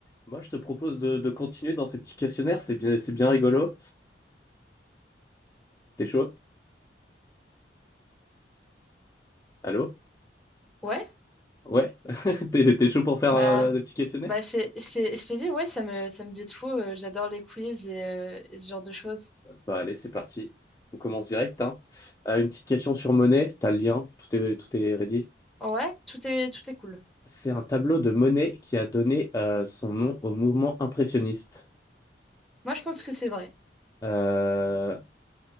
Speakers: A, on the left; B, in the centre.
A: Moi, je te propose de, de continuer dans ces petits questionnaires, c'est bien, c'est bien rigolo. T'es chaud? Allô?
B: Ouais,
A: Ouais? <laughs> T'es, t'es chaud pour faire
B: bah,
A: euh, des petits questionnaires?
B: bah je t'ai je t'ai- je t'ai dit, ouais, ça me, ça me dit de fou. euh, j'adore les quiz et, euh, et ce genre de choses.
A: Bah allez, c'est parti. On commence direct, hein. Euh, une petite question sur Monet, t'as le lien, tout est, tout est ready.
B: Ouais, tout est, tout est cool.
A: C'est un tableau de Monet qui a donné euh, son nom au mouvement impressionniste.
B: Moi, je pense que c'est vrai.
A: Euh,